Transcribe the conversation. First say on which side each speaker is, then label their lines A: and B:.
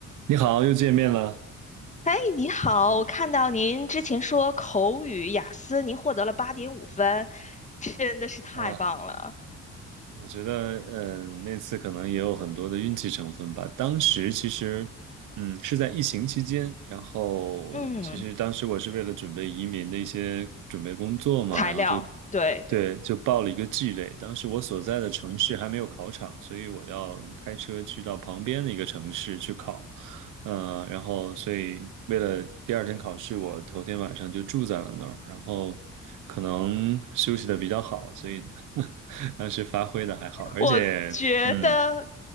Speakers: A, on the right; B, on the left.
A: 你好，又见面了
B: 哎，你好，
A: 嗯，
B: 我看到您之前说口语雅思您获得了八点五分，真的是太棒了。
A: 啊！我觉得，嗯，那次可能也有很多的运气成分吧。当时其实，嗯，是在疫情期间，然后其实当时我是为了准备移民的一些准备工作嘛，
B: 嗯，材料，
A: 然后就，
B: 对对。
A: 对，就报了一个 G 类。当时我所在的城市还没有考场，所以我要开车去到旁边的一个城市去考。呃，然后所以为了第二天考试，我头天晚上就住在了那儿，然后可能休息的比较好，所以 <laughs> 当时发挥的还好，而且，
B: 我觉得
A: 嗯